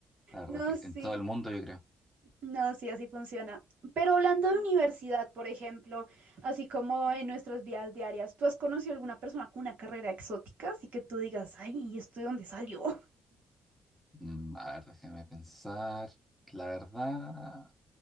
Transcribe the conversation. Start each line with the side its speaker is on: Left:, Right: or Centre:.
Centre: la verdad
Right: No,
Centre: que sí,
Right: sí.
Centre: en todo el mundo, yo creo.
Right: No, sí, así funciona. Pero hablando de universidad, por ejemplo, así como en nuestras vidas diarias, ¿tú has conocido alguna persona con una carrera exótica? Así que tú digas, ay, ¿y esto de dónde salió? <laughs>
Centre: Mm, a ver, déjame pensar. La verdad,